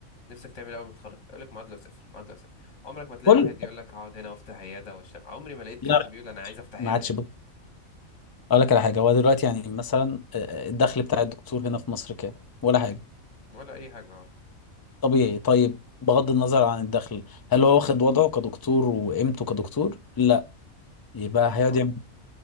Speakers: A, on the left; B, on the left.
A: نفسك تعمل إيه اول ما تتخرج يقول لك معادله صفر معادله صفر عمرك ما تلاقي
B: كل
A: واحد يقول لك هقعد هنا وافتح عياده واشتغل عمري ما لقيت
B: لا
A: حد بيقول انا عايز افتح عياده
B: ما عادش
A: هنا
B: بقول لك على حاجه هو دلوقتي يعني مثلا آه، الدخل بتاع الدكتور هنا في مصر كام ولا حاجه
A: ولا اي حاجه اه
B: طبيعي طيب بغض النظر عن الدخل هل هو واخد وضعه كدكتور وقيمته كدكتور لا يبقى
A: لا
B: هيقعد
A: خالص
B: يعمل